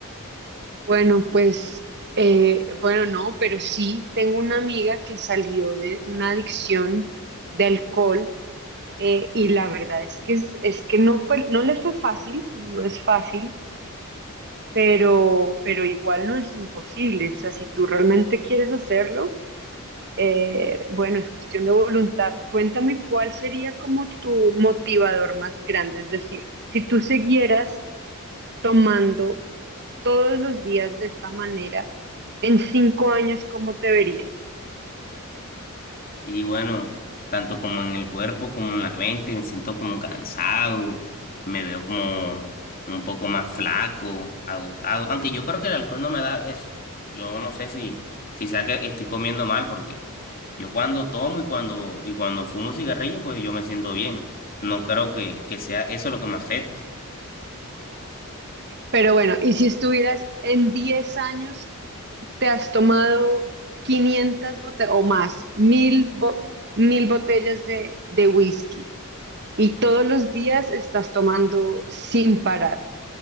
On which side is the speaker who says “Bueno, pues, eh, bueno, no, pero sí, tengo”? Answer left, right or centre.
Right